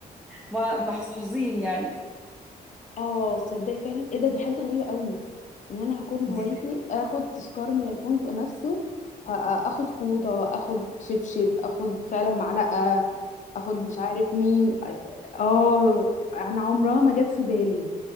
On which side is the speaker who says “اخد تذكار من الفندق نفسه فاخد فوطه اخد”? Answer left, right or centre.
Left